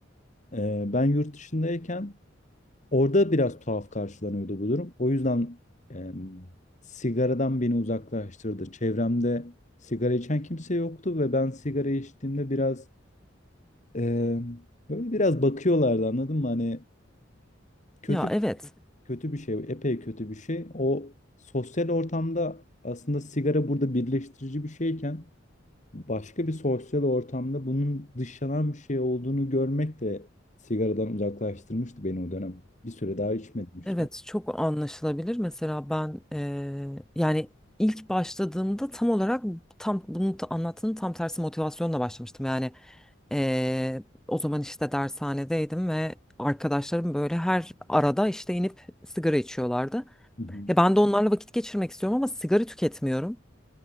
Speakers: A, on the left; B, in the centre.
A: Ee, ben yurt dışındayken orada biraz tuhaf karşılanıyordu bu durum. O yüzden e, sigaradan beni uzaklaştırdı. Çevremde sigara içen kimse yoktu ve ben sigara içtiğimde biraz e, böyle biraz bakıyorlardı anladın mı? Hani kötü
B: Ya evet,
A: kötü bir şey, epey kötü bir şey. O sosyal ortamda aslında sigara burada birleştirici bir şeyken başka bir sosyal ortamda bunun dışlanan bir şey olduğunu görmek de sigaradan uzaklaştırmıştı beni o dönem. Bir süre daha içmedim işte.
B: evet çok anlaşılabilir. Mesela ben eee, yani ilk başladığımda tam olarak tam bunu ta- anlattığın tam tersi motivasyonla başlamıştım. Yani eee, o zaman işte dershanedeydim ve arkadaşlarım böyle her arada işte inip sigara içiyorlardı.
A: Hı hı.
B: Ya ben de onlarla vakit geçirmek istiyorum ama sigara tüketmiyorum.